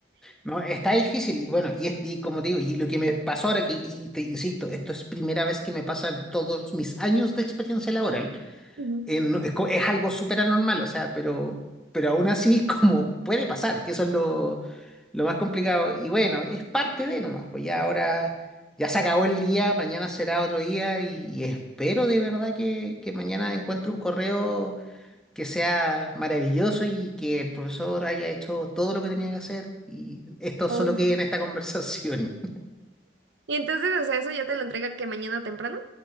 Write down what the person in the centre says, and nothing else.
No, está difícil y bueno, y, es- y como te digo, y lo que me pasó ahora, que, y te insisto, esto es primera vez que me pasa en todos mis años de experiencia laboral.
eh, no- es, co- es algo súper anormal, o sea, pero, pero aún así es como puede pasar, que eso es lo, lo más complicado. Y bueno, es parte de nomás, pues ya ahora, ya se acabó el día, mañana será otro día y, y espero de verdad que, que mañana encuentre un correo que sea maravilloso y que el profesor haya hecho todo lo que tenía que hacer y esto
solo quede en esta <laughs> conversación.